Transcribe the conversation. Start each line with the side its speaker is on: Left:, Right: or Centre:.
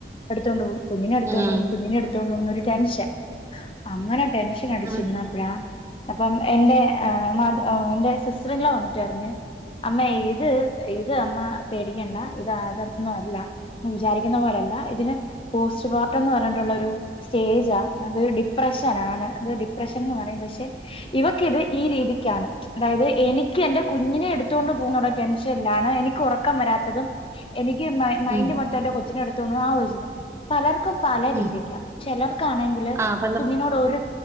Left: എടുത്തോണ്ട് പോവും കുഞ്ഞിനെടുത്തോണ്ട്
Right: ഉം ഉം
Left: പോവും കുഞ്ഞിനെടു ട്ത്തോണ്ടു പോണൊരു ടെൻഷൻ അങ്ങനെ ടെൻഷൻ അടിച്ചിരുന്നപ്പഴാ
Right: ആഹ്
Left: അപ്പം എന്റെ മത എന്റെ സിസ്റ്ററിങ്ങ്ലോ വന്നിട്ട് പറഞ്ഞ് അമ്മേ ഇത് ഇത് അമ്മ പേടിക്കണ്ട ഇത് അതൊന്നും അല്ല വിചാരിക്കുന്ന പോലല്ല ഇതിന് പോസ്റ്റ്പാർട്ടം എന്ന് പറഞ്ഞിട്ടുള്ള ഒരു സ്റ്റേജാ അത് ഡി പ്രഷനാണ് അത് ഡിപ്രഷൻ എന്ന് പറയും പക്ഷെ ഇവക്കിത് ഈ രീതിക്കാണ് അതായത് എനിക്ക് എൻ്റെ കുഞ്ഞിനെ എടുത്തൊണ്ട് പോകുന്ന ടെൻഷൻല്ലാണ് എനിക്ക് ഉറ ക്കം വരാത്തതും എനിക്ക് മൈൻഡ്
Right: ഉം
Left: മൊത്തം എന്റെ കൊച്ചിനെ എടുത്തോണ്ടൊണ ആലൊയിച്ചിട്ട പലർക്കും പല രീതിക്ക
Right: ഉം
Left: ചെലർക്കാണെങ്കില്
Right: ആഹ് പന്ത്ര
Left: ടൊര്